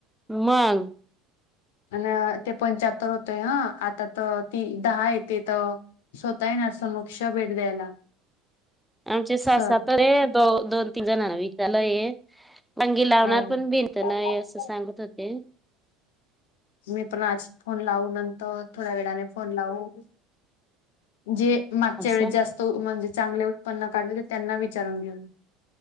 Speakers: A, in the centre; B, on the left.
A: मग
B: अ ते पंच्याहत्तर होतय हा आता तर ती दहा येते तर स्वतःही ना समक्ष भेट द्यायला.
A: आमचे सास
B: सर
A: स तर आहे दो दोन तीन जणांना विचारलं आहे. अंगी लावणार
B: हो
A: पण भिंत नाही असं सांगत होते.
B: मी पण आज फोन लावू नंतर थोड्या वेळाने फोन लावू. जे मागच्या
A: असं
B: वेळे जास्त म्हणजे चांगले उत्पन्न काढले ते त्यांना विचारून घेऊन.